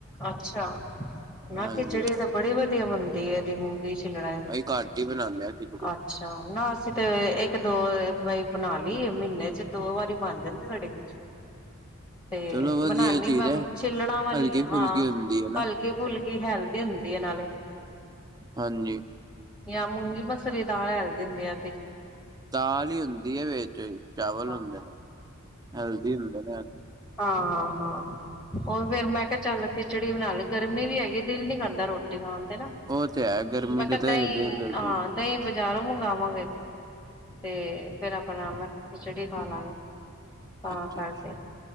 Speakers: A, on the left; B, on the right.
A: ਅੱਛਾ ਨਾ
B: ਹਾਂਜੀ
A: ਖਿਚੜੀ ਤਾ ਬੜੀ ਵਧੀਆ ਬੰਦੀ ਏ, ਇਹਦੀ ਮੂੰਗੀ ਦੀ ਛਿੱਲੜਾਂ
B: ਅਸੀਂ
A: ਦੀ,
B: ਘੱਟ ਹੀ ਬਣਾਉਂਦੇ ਹਾਂ ਖਿਚੜੀ
A: ਆਹੋ ਅੱਛਾ! ਨਾ ਅਸੀ ਤੇ ਇੱਕ ਦੋ ਬਾਰੀ ਬਨਾ ਲਈ ਏ। ਮਹੀਨੇ ਚ ਦੋ ਵਾਰੀ ਬਨ ਜਾਂਦੀ ਸਾਡੇ ਖਿਚੜੀ। ਤੇ
B: ਚਲੋ ਵਧੀਆ
A: ਬਨਾਨੀਂ
B: ਚੀਜ਼
A: ਮੈਂ
B: ਹੈ
A: ਛਿੱਲੜਾਂ ਵਾਲੀ
B: ਹਲਕੀ
A: ਹੀ ਹਾਂ,
B: ਫੁਲਕੀ
A: ਹਾਂ।
B: ਹੁੰਦੀ ਹੈ ਨਾ
A: ਹਲਕੀ ਫੁਲਕੀ, ਹੈਲਦੀ ਹੁੰਦੀ ਹੈ ਨਾਲੇ।
B: ਹਾਂਜੀ
A: ਯਾਂ ਮੂੰਗੀ ਮਸਰੀ ਦਾਲ ਹੈਲਦੀ ਹੁੰਦੀ ਏ।
B: ਦਾਲ ਈ ਹੁੰਦੀ ਹੈ ਵਿਚ, ਚਾਵਲ
A: ਹਾਂ।
B: ਹੁੰਦੇ ਨੇਂ। ਹੈਲਦੀ ਹੁੰਦੇ ਨੇ
A: ਹਾਂ-ਹਾਂ-ਹਾਂ। ਹੁਨ ਫਿਰ ਮੈਂ ਕਿਹਾ ਚੱਲ ਖਿਚੜੀ ਹੀ ਬਨਾ ਲੇ। ਗਰਮੀ ਵੀ ਹੈਗੀ ਏ। ਦਿਲ ਨੀ ਕਰਦਾ ਰੋਟੀ ਖਾਨ ਤੇ ਨਾ।
B: ਉਹ ਤੇ ਹੈ ਗਰਮੀ
A: ਮੈਂ ਤਾ
B: ਚ ਤੇ
A: ਦਹੀ,
B: ਦਿਲ ਕਰਦਾ
A: ਆਂਹ
B: ਹੀ
A: ਦਹੀਂ ਬਜਾਰੋ ਮੰਗਵਾਂਗੇ। ਤੇ ਫੇਰ ਆਪਣਾ ਮੈਂ ਖਿਚੜੀ ਖਾਵਾਂਗੇ, ਤਾਂ
B: ਅੱਛਾ
A: ਕਰਕੇ।